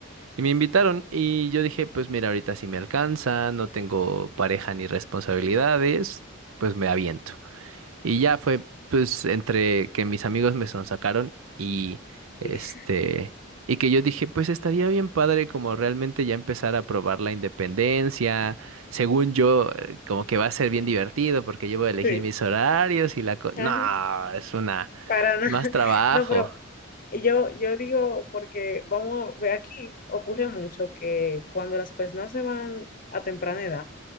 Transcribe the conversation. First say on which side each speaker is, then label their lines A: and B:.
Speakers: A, on the right (about 80°); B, on the left (about 40°).
A: Y me invitaron y yo dije, pues mira, ahorita sí me alcanza, no tengo pareja ni responsabilidades, pues me aviento. Y ya fue, pues, entre que mis amigos me sonsacaron y este,
B: Sí, <laughs>
A: y que yo dije, pues estaría bien padre como realmente ya empezar a probar la independencia. Según yo, eh, como que va a ser bien divertido porque yo voy a elegir
B: sí,
A: mis horarios y la co-
B: ajá,
A: No, es una,
B: para nada. <laughs>
A: más trabajo.
B: No, pero yo, yo digo, porque vamos, ve aquí ocurre mucho que cuando las personas se van a temprana edad,